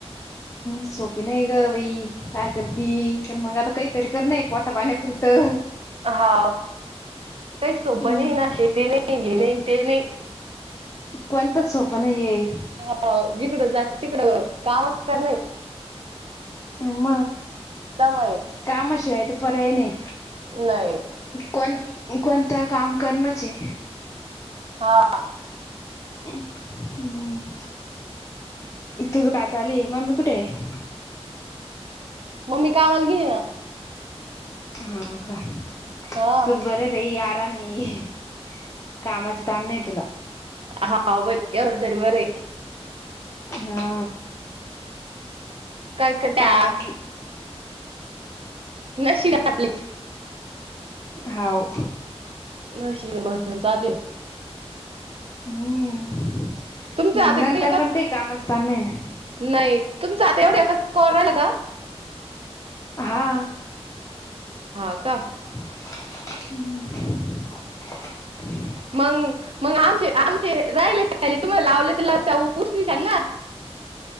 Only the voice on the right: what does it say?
हा काही सोपं
नाही ना शेती नाही लि नाही ते नाही
ह जिकडं जात तिकडं कामच कर नाही
समुळेय
नाही
हा
मम्मी कामाल गेली ना
हा.
हा भाई एवढं तरी बरं आहे
काय करत्या
नशी आपले
न शिबे म्हणून चालेल
तुमचं आता
इतकं एकाच
नाही तुमचं आता एवढं एका कॉल राहिला का
ह का
मग मग आमचे आमचे राहिले खाले तुम्हाला लावले तरला च उसशल ना